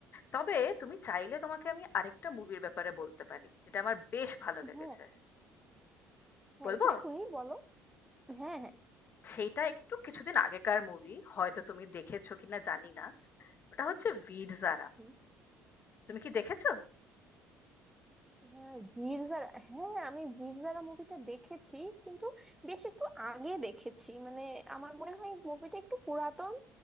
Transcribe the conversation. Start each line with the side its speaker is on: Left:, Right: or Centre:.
Left: তবে তুমি চাইলে তোমাকে আমি আরেকটা মুভির ব্যাপারে বলতে পারি। এটা আমার বেশ ভালো লেগেছে।
Centre: হ্যাঁ হ্যাঁ
Left: বলবো?
Centre: একটু শুনি বলো হ্যাঁ হ্যাঁ
Left: সেইটা একটু কিছুদিন আগেকার মুভি। হয়তো তুমি দেখেছো কিনা জানি না। ওটা হচ্ছে 'বীর জারা'।
Centre: উম,
Left: তুমি কি দেখেছো?
Centre: হ্যাঁ বীর জারা হ্যাঁ আমি বীর জারা মুভিটা দেখেছি কিন্তু বেশ একটু আগে দেখেছি মানে আমার মনে হয় মুভিটা একটু পুরাতন